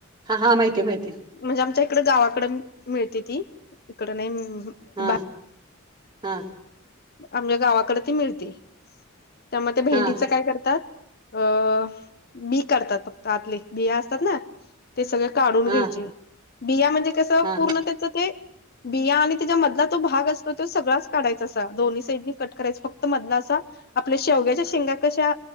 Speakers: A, on the right (about 20°); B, on the left (about 50°).
A: हा हा माहिती माहिती
B: म्हणजे आमच्या इकड गावाकडे मिळते ती, इकड नाही
A: हा
B: बा
A: हा.
B: आमच्या गावाकडे ती मिळते, त्यामुळे त्या भेंडीच
A: हा
B: काय करतात. अ बी काढतात फक्त आतले, बी असतात ना. ते सगळ काढून
A: हा
B: घ्यायचे, बिया म्हणजे कसं
A: हा
B: पूर्ण त्याचं ते बिया आणि त्याच्या मधला तो भाग असतो तो सगळाच काढायचा असतो. दोनहींसाईड कट करायच फक्त मधला असा, आपल्या शेवग्याच्या शेंगा कशा